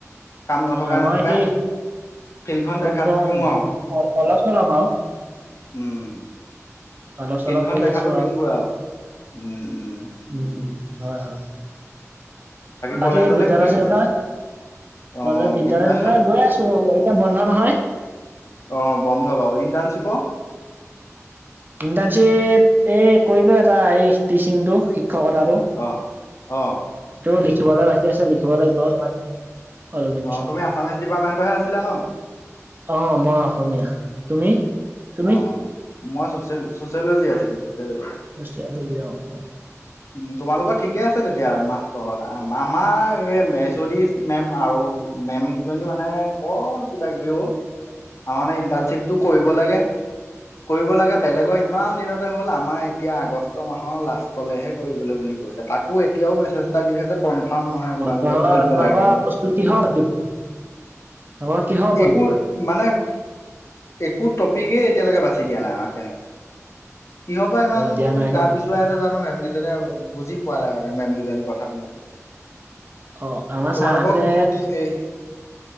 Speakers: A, on the left; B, on the right.
A: কাম নথকাই
B: মই
A: নথকাই
B: একেই
A: ফিল্ডখন
B: খুব
A: দেখাটো
B: কম
A: দিওঁ আৰু
B: অলপ চলপ বাও
A: উম
B: অলপ চলপ
A: ফিল্ডখন
B: কৰি
A: দেখাটো
B: আছো
A: দিওঁগৈ
B: আও
A: আৰু উম উম
B: উম হয় হয়। বাকী
A: কলেজলে
B: বিদ্যালয়
A: কি
B: চিদ্যালয়
A: হৈছে
B: কলে
A: অ
B: বিদ্যালয়
A: বিদ্যা
B: চিদ্যালয় গৈ আছো এতিয়া বন্ধ নহয়
A: অহ বন্ধ বাৰু ইণ্টাৰ্ণশ্বিপৰ
B: ইণ্টাৰ্ণশ্বিপ এই কৰিলো এটা এই টিচিংটো শিক্ষকতাটো
A: অ অ
B: ত লিখিবলৈ বাকি আছে লিখিব লাগিব আও। অল দিম
A: অ
B: পিছত
A: তুমি আছামিছ ডিপাৰ্টমেন্টৰহে আছিলা ন
B: আহ মই অসমীয়া তুমি? তুমি
A: অ মই চচিয় চচিঅ'লজী আছিলো। চচিয়লজি
B: য় আ দ অ
A: উ তোমালোকৰ ঠিকে আছে তেতিয়া মা মামাৰ এই মেচতী মেম আৰু মেম কেইজনী মানে বৰ কিবা কিবি অ।
B: উ
A: কাৰণ এই ইণ্টাৰ্ণশ্বিপটো কৰিব লাগে। কৰিব লাগে বেলেগৰ ইমান দিনতে হ'ল আমাৰ এতিয়া আগষ্ট মাহৰ লাষ্টলেহে কৰিবলৈ বুলি কৈছে তাকো এতিয়াও মেছেজ এটা দি থৈছে কনফাৰ্ম নহয় তোমালোকে
B: তোমালোকৰ
A: কৰিব
B: তোমালোকৰ
A: লাগে যে
B: বস্তু কিহৰ ওপৰত দিব তোমালোকৰ কিহৰ ওপৰত
A: একো
B: দিব
A: মানে একো টপিকেই এতিয়ালৈকে বাছি দিয়া নাই আমাক তেনেকে কিহৰ পৰা ইমান
B: অ দিয়া নাই
A: গা
B: ন
A: পিছুৱাই আছে জানো মেম জনে বুজি পোৱা নাই আৰু মেম কজনী কথাটো মই
B: অ আমাৰ
A: তোমালোকক
B: ছাৰহঁতে
A: মুক্তি এই